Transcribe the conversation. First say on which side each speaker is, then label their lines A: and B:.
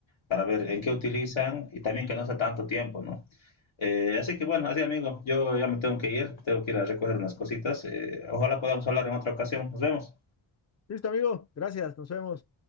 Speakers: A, on the left; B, on the left.
A: para ver en qué utilizan y también que no sea tanto tiempo, ¿no? Eh, así que bueno, así amigo, yo ya me tengo que ir, tengo que ir a recoger unas cositas. eh, ojalá podamos hablar en otra ocasión. Nos vemos.
B: Listo, amigo. Gracias. Nos vemos.